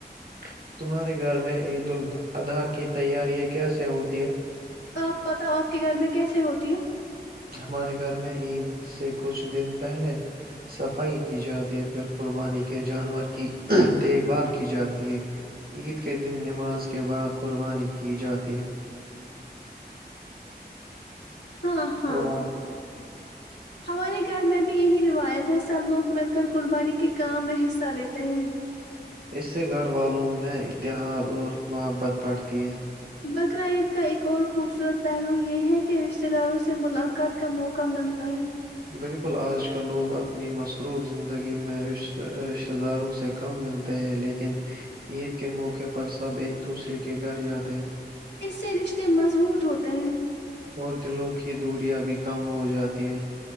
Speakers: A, on the right; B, on the left.
A: <unintelligible>
B: آپ پت آپ کے گھر میں کیسے ہوتی ہے؟
A: ہمارے گھر میں عید سے کچھ دن پہلے صفائی کی جاتی ہے پھر قربانی کے جانور کی دیکھ بھال کی جاتی ہے عید کے دن نماز کے بعد قربانی کی جاتی ہے
B: ہاں ہاں
A: اور آپ
B: ہمارے گھر میں بھی یہی روایت تھے سب لوگ مل کر قربانی کے کام میں حصہ لیتے ہیں
A: اس سے گھر والوم میں اتحاد اور محبت بڑھتی ہے
B: بقر عید کا ایک اور خوبصورت پہلو یہ ہے کہ رشتہ داروں سے ملاقات کا موقع ملتا ہے
A: بالکل آج کل لوگ اپنی مصروف زندگی میں رشتہ داروں سے کم ملتے ہیں لیکن عید کے موقع پر سب ایک دوسرے کے گھر جاتے تے ہیں <inaudible>
B: اس سے رشتے مضبوط ہوتے ہیں
A: اور دلوں کی دوریا بھی کم ہو جاتی ہیں